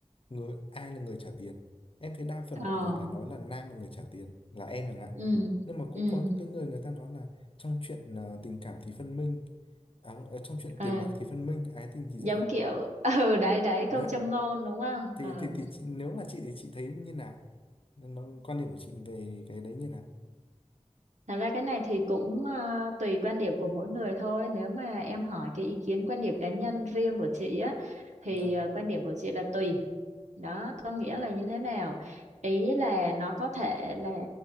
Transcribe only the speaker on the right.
ờ
ừ
ừ
ờ
giống
kiểu <laughs> ừ đấy đấy câu
châm ngôn đúng không
ừ
Thật ra cái này thì cũng à, tùy quan điểm của mỗi người thôi. Nếu mà em hỏi cái ý kiến quan điểm cá nhân riêng của chị á thì
à, quan điểm của chị là tùy. Đó, có nghĩa là như thế nào? Ý là nó có thể là